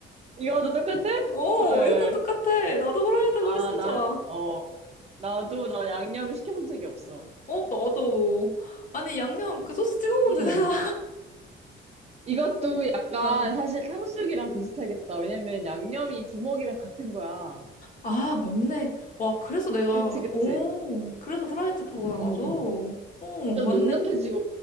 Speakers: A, on the right; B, on the left.
A: 이거도 똑같아?
B: 어,
A: 헐.
B: 이것도 똑같아. 나도 후라이드가
A: 아,
B: 훨씬
A: 난,
B: 좋아.
A: 어, 나도 나 양념을 시켜본 적이 없어.
B: 어, 나도. 아니, 양념, 그 소스 찍어 먹으면
A: 음.
B: 되잖아.
A: 이것도 약간
B: <laughs> 어.
A: 사실 탕수육이랑 비슷하겠다. 왜냐면 양념이 부먹이랑 같은 거야.
B: 아, 맞네. 와, 그래서 내가,
A: 그치, 그치.
B: 오, 그래서 후라이드 파구나,
A: 음,
B: 나도.
A: 음, 음.
B: 오,
A: 좀
B: 맞네.
A: 눅눅해지고